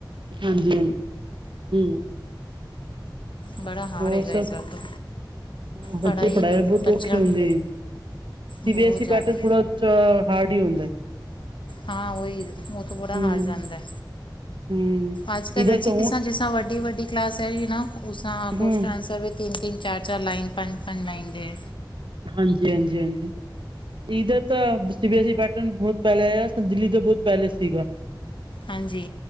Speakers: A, on the right (about 80°); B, on the left (about 85°).
A: ਹਾਂਜੀ ਹਾਂਜੀ ਹਮ।
B: ਬੜਾ ਹੀ ਹਾਰਡ
A: ਹੋਰ
B: ਹੈਗਾ
A: ਸਭ
B: ਇਸ ਵਾਰ ਤੋਂ
A: ਹਾਂ ਬੱਚੇ
B: ਪੜ੍ਹਾਈ
A: ਪੜ੍ਹਾਏ ਬਹੁਤ
B: ਬੱਚਿਆਂ
A: ਔਖੇ ਹੁੰਦੇ
B: ਨੂੰ।
A: ਨੇ ਸੀ
B: ਬਹੁਤ
A: ਬੀ ਐਸ ਈ
B: ਜ਼ਿਆਦਾ
A: ਪੈਟਰਨ ਥੋੜਾ ਜਿਹਾ ਹਾਰਡ ਹੀ ਹੁੰਦਾ।
B: ਹਾਂ ਹੋਈ। ਬਹੁਤ
A: ਹਮ
B: ਬੁਰਾ ਹਾਰ ਜਾਂਦਾ।
A: ਹਮ
B: ਅੱਜ ਕੱਲ
A: ਇਧਰ
B: ਵੈਸੀੇ
A: ਤਾਂ ਹੁਣ
B: ਕਿਸਾਂ ਜਿਸਾਂ ਵੱਡੀ ਵੱਡੀ। ਕਲਾਸ ਹੈ ਜੀ ਨਾ। ਉਸ ਕੁਸ਼ਚਨ
A: ਹਮ
B: ਆਨਰਸ ਵੀ ਤਿੰਨ ਤਿੰਨ ਚਾਰ ਚਾਰ ਲਾਈਨ ਪੰਜ ਪੰਜ ਲਾਈਨ ਦੇ।
A: ਹਾਂ ਜੀ ਹਾਂ ਜੀ ਹਾਂ ਜੀ। ਇਧਰ ਤਾਂ C B S E pattern ਬਹੁਤ ਪਹਿਲਾਂ ਆਇਆ। ਦਿੱਲੀ ਦਾ ਬਹੁਤ ਪਹਿਲੇ ਸੀਗਾ।
B: ਹਾਂਜੀ